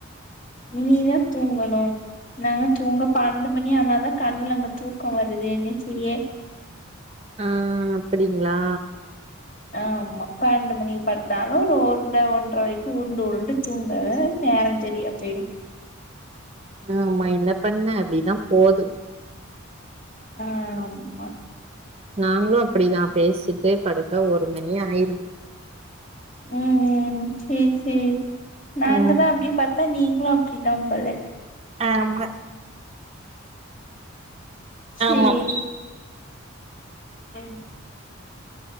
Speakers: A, on the left; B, on the right.
A: இனிதா தூங்கணு நாங்க தூங்க பன்னெண்டு மணி ஆனாதா கண்ல அங்க தூக்க வருது என்ன செய்ய
B: ஆ அப்டிங்ளா
A: ஆமா பன்னெண்டு மணிக்கு படுத்தாலு ஒரு ஒன்ட்ரை ஒன்ட்ரை வரைக்கு உருண்டு உருண்டு தூங்க நேரோ சரியா போயிடும்
B: ஆமா என்ன பண்ண அப்டிதா போது
A: ஆ ஆமா
B: நாங்களும் அப்படிதா பேசிட்டு படுக்க ஒரு மணி ஆயிரும்
A: ம் ம் சேரி சேரி நாங்கதா
B: ம்
A: அப்படி பத்தா நீங்களும் அப்படிதா போல
B: ஆமா
A: சேரி
B: ஆமா
A: ம்